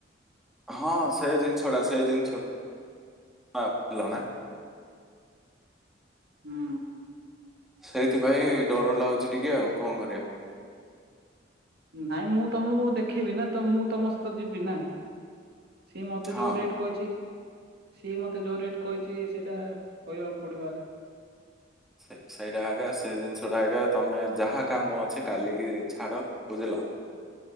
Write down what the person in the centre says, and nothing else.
ହଁ ସେ ଜିନିଷ ଟା ସେ ଜିନିଷି ଭଲ ନା
ସେଇଥିପାଇଁ ଡର ଲାଗୁଛି ଟିକେ ଆଉ କଣ କରିବା
ହଁ
ସେ ସେଇଟା ସେ ଜିନିଷଟା ତମେ ଯାହା କାମ ଅଛି କାଲିକି ଛାଡ ବୁଝିଲ